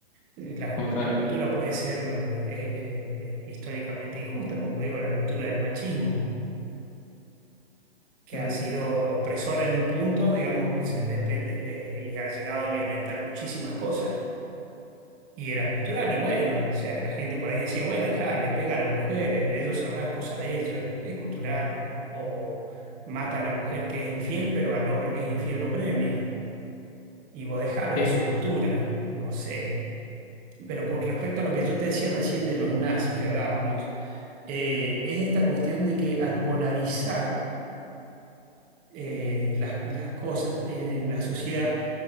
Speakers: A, on the right; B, on the left.
A: La,
B: total
A: ju- la cultura puede ser eh, eh, históricamente injusta, como digo, la cultura del machismo que
B: Mm,
A: ha sido opresora en un punto, digamos, se depende, eh, y ha llegado a violentar muchísimas cosas. Y era cultural, y bueno, o sea, la gente por ahí decía, bueno, dejá, le pega a la mujer, eh, ellos sabrán cosas de ellos, es, es cultural. O mata a la mujer que es infiel, pero al hombre que es infiel lo premia. Y vos dejalo,
B: sí,
A: es su cultura, no sé. Pero con respecto a lo que yo te decía recién de los nazis que hablábamos, eh, es esta cuestión de que al polarizar, eh, las, las cosas eh, en la sociedad,